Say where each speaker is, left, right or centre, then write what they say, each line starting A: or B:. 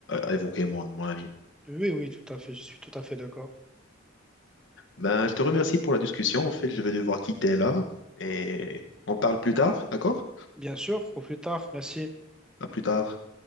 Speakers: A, on the left; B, in the centre.
A: évoqué, mon mon ami.
B: Oui, oui, tout à fait. Je suis tout à fait d'accord.
A: Ben, je te remercie pour la discussion. En fait, je vais devoir quitter là et on parle plus tard, d'accord?
B: Bien sûr, au plus tard. Merci.
A: À plus tard.